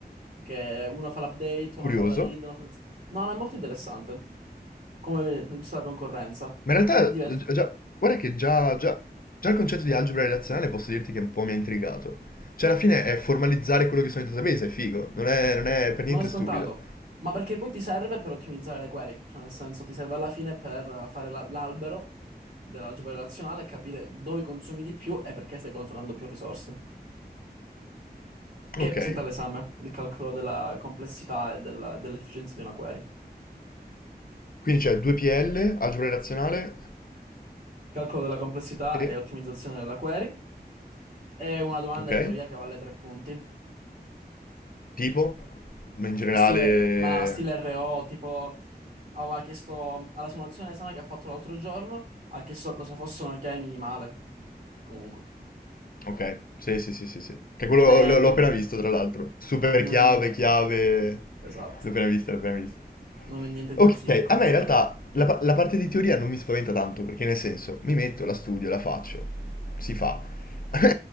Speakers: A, on the right; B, on the left.
A: che uno fa l'update,
B: Curioso.
A: uno fa la read, uno fa... No, no, è molto interessante come gestisce la concorrenza,
B: Ma in
A: è
B: realtà,
A: divertente.
B: eh, già- guarda che già, già- già il concetto di algebra relazionale posso dirti che un po' mi ha intrigato. Cioè, alla fine è formalizzare quello che sono i database, è figo. non è non è
A: Sì,
B: per
A: non
B: niente
A: è scontato,
B: stupido.
A: ma perché poi ti serve per ottimizzare le query, cioè nel senso ti serve alla fine per eh, fare la- l'albero dell'algebra relazionale e capire dove consumi di più e perché stai consumando più risorse, che
B: Ok,
A: è presente all'esame, il calcolo della complessità e della- dell'efficienza di una query.
B: Quindi c'è 2PL, algebra razionale
A: Calcolo della complessità
B: e...
A: e ottimizzazione della query è una domanda
B: Ok?
A: di teoria che vale tre punti,
B: Tipo? Ma In generale...
A: Stile, ma stile RO, tipo, aveva chiesto alla simulazione d'esame che ha fatto l'altro giorno, ha chiesto cosa fosse una chiave minimale. Comunque,
B: Ok, sì, sì, sì, sì, sì. Che
A: non
B: quello
A: è
B: l'ho
A: niente,
B: l'ho appena visto, tra l'altro. Super
A: non
B: chiave,
A: è niente,
B: chiave...
A: esatto,
B: L'ho appena vista, l'ho appena vista.
A: non è niente di
B: Ok,
A: così complicato.
B: a me in realtà la, pa- la parte di teoria non mi spaventa tanto, perché nel senso, mi metto, la studio, la faccio, si fa. <laughs> A me,